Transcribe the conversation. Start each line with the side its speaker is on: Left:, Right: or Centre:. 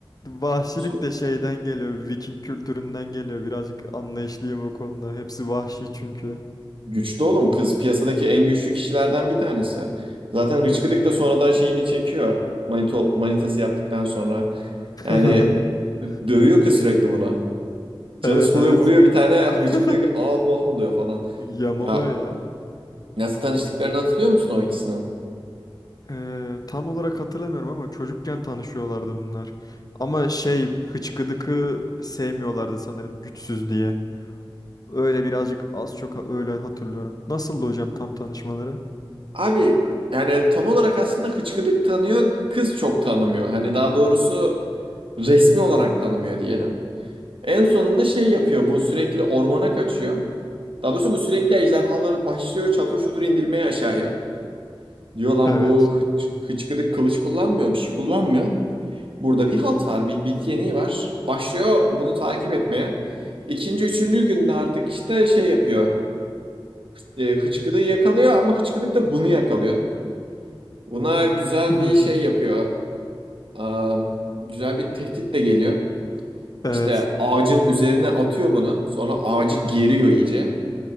Left: Vahşilik
Right: so-
Left: de şeyden geliyor. Viking kültüründen geliyor. Birazcık anlayışlıyım o konuda. Hepsi vahşi çünkü.
Right: güçlü oğlum kız piyasadaki en güçlü kişilerden bir tanesi. Zaten hıçkıdık da sonradan şeyini çekiyor. Manito, manitası yaptıktan sonra.
Left: <laughs>
Right: Yani dövüyor kız sürekli buna. Canı
Left: Evet
Right: sıkılıyor
Left: evet.
Right: vuruyor bir tane hıçkıdık
Left: <laughs>
Right: ah mah oluyor falan.
Left: Yamuluyor
Right: Ya
Left: ya.
Right: nasıl tanıştıklarını hatırlıyor musun o ikisinin?
Left: Ee, tam olarak hatırlamıyorum ama çocukken tanışıyorlardı bunlar. Ama şey hıçkıdıkı sevmiyorlardı sanırım güçsüz diye. Öyle birazcık az çok öyle hatırlıyorum. Nasıldı hocam tam tanışmaları?
Right: Abi yani tam olarak aslında hıçkıdık tanıyor kız çok tanımıyor. Hani daha doğrusu resmi olarak tanımıyor diyelim. En sonunda şey yapıyor bu sürekli ormana kaçıyor. Daha doğrusu bu sürekli ejderhaları başlıyor çatır çutur indirmeye aşağıya. Diyor lan
Left: Evet.
Right: bu hıç, hıçkıdık kılıç kullanmıyor bir şey kullanmıyor. Burada bir halt var, bir bit yeniği var. Başlıyor bunu takip etmeye. İkinci, üçüncü günde artık işte şey yapıyor. E, hıçkırığı yakalıyor ama hıçkırık da bunu yakalıyor. Buna güzel
Left: <laughs>
Right: bir şey yapıyor. Aa, güzel bir tehdit de geliyor.
Left: Evet.
Right: İşte ağacın üzerine atıyor bunu. Sonra ağacı geriyor iyice.